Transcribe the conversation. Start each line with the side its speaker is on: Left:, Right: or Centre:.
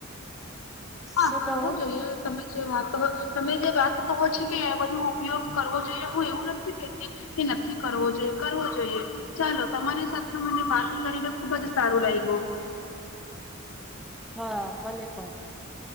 Left: હા
Centre: શું
Left: કરવો
Centre: કહો
Left: જોઈએ તમે જે વાતો તમે જે વાત કહો છો કે એ બધો ઉપયોગ કરવો જોઈએ. હું એવું નથી કેહેતી કે નથી કરવો જોઈએ કરવો જોઈએ. ચાલો તમારી સાથે મને વાત કરીને ખુબ જ સારું લાયગુ.
Centre: હા મને પણ.